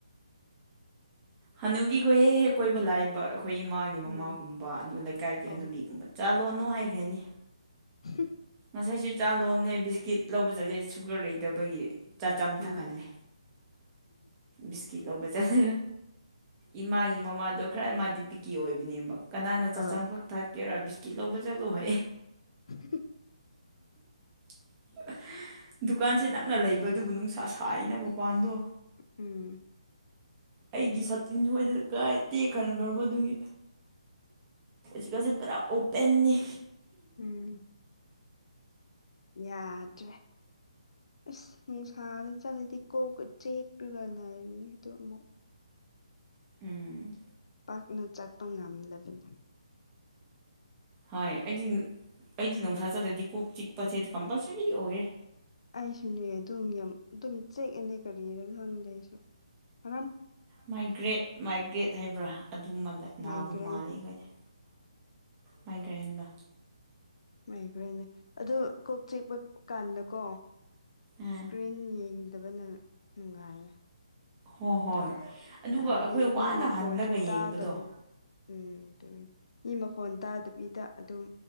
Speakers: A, on the right (about 20°); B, on the left (about 60°).
A: ꯍꯅꯨꯕꯤ ꯀꯣꯏ ꯀꯣꯏ ꯂꯏꯕ ꯑꯩꯈꯣꯏ ꯏꯃꯥꯒꯤ ꯃꯃꯥꯒꯨꯝꯕ
B: ꯎꯝ
A: ꯑꯗꯨ ꯂꯩꯀꯥꯏꯒꯤ
B: ꯑꯣ
A: ꯍꯅꯨꯕꯤꯒꯨꯝꯕ ꯆꯠꯂꯣꯅꯣ ꯍꯥꯏꯈ꯭ꯔꯅꯤ
B: ꯍ
A: ꯉꯁꯥꯏꯁꯨꯦ ꯆꯥ ꯂꯣꯟꯅꯦ ꯕꯤꯁꯀꯤꯠ ꯂꯧꯕ ꯆꯠꯂꯦ ꯁꯨꯒꯔ ꯂꯩꯇꯕꯒꯤ ꯆꯥ ꯆꯝꯊꯛꯍꯜꯂꯦ
B: ꯎꯝ
A: ꯤ ꯀꯤꯠ ꯂꯧꯕ ꯆꯠꯂ ꯏꯃꯥꯒꯤ ꯃꯃꯥꯗꯣ ꯈꯔ ꯃꯥꯗꯤ ꯄꯤꯛꯀꯤ ꯑꯣꯏꯕꯅꯦꯕ ꯀꯅꯥꯅ
B: ꯑ
A: ꯆꯥꯝꯈꯛ ꯊꯥꯛꯀꯦꯔꯥ ꯕꯤꯁꯀꯤꯠ ꯂꯧꯕ ꯆꯠꯂꯣꯍ
B: <inaudible>
A: <inaudible> ꯗꯨꯀꯥꯟꯁꯦ ꯅꯪꯅ ꯂꯩꯕꯗꯨꯕꯨ ꯅꯨꯡꯁꯥ ꯁꯥꯏꯅ ꯃꯄꯥꯟꯗꯣ
B: ꯎꯝ
A: ꯑꯩꯒꯤ ꯁꯛꯇꯤꯟꯁꯨ ꯑꯩꯅ ꯀꯥꯏ ꯇꯦꯈꯟꯈ꯭ꯔꯕ ꯑꯗꯨꯒꯤ ꯆꯤꯀꯥꯁꯦ ꯄꯨꯔꯥ ꯑꯣꯄꯦꯟꯅꯤ
B: ꯎꯝ ꯌꯥꯗ꯭ꯔꯦ ꯑꯁ ꯅꯨꯡꯁꯥꯗ ꯆꯠꯂꯗꯤ ꯀꯣꯛꯀ ꯆꯤꯛꯂꯒ ꯂꯩꯔꯅꯤꯗꯣ ꯑꯃꯨꯛ
A: ꯎꯝ
B: ꯄꯥꯛꯅ ꯆꯠꯄ ꯉꯝꯗꯕꯅꯤ
A: ꯍꯣꯏ ꯑꯩꯗꯤ ꯑꯩꯗꯤ ꯅꯨꯡꯁꯥ ꯆꯠꯂꯗꯤ ꯀꯣꯛ ꯆꯤꯛꯄꯁꯦꯗꯤ ꯀꯝꯄꯜꯁꯔꯤ ꯑꯣꯏꯌꯦ
B: ꯑꯩꯁꯨꯅꯦ ꯑꯗꯨꯝ ꯌꯥꯝ ꯑꯗꯨꯝ ꯆꯦꯛꯑꯅꯦ ꯀꯔꯤꯔꯥ ꯈꯪꯗꯦ ꯑꯩꯁꯨ ꯑ
A: ꯃꯥꯏꯒ꯭ꯔꯦꯠ ꯃꯥꯏꯒ꯭ꯔꯦꯠ ꯍꯥꯏꯕ꯭ꯔꯥ ꯑꯗꯨ ꯅꯥꯕ
B: ꯃꯥꯏꯒ꯭ꯔꯦꯟ
A: ꯃꯥꯜꯂꯦ ꯑꯩꯈꯣꯏꯁꯦ ꯃꯥꯏꯒ꯭ꯔꯦꯟꯗꯣ
B: ꯃꯥꯏꯒ꯭ꯔꯦꯟ ꯅꯦ ꯑꯗꯨ ꯀꯣꯛ ꯆꯤꯛꯄ ꯀꯥꯟꯗꯀꯣ
A: ꯑꯥ
B: ꯁꯀ꯭ꯔꯤꯟ ꯌꯦꯡ ꯐꯗꯕ ꯅꯨꯡꯉꯥꯏꯌꯦ
A: ꯍꯣꯏ ꯍꯣꯏ
B: ꯑꯗꯨꯒ
A: ꯑꯗꯨꯒ
B: ꯍꯥꯏꯕꯗꯤ
A: ꯑꯩꯈꯣꯏ ꯋꯥꯅ
B: ꯃꯤ ꯃꯈꯣꯟꯁꯨ
A: ꯍꯜꯂꯒ
B: ꯇꯥꯗꯕꯅꯤ
A: ꯌꯦꯡꯕꯗꯣ
B: ꯎꯝ ꯑꯗꯨꯏ ꯃꯤ ꯃꯈꯣꯟ ꯇꯥꯗꯕꯤꯕꯤꯗ ꯑꯗꯨꯝ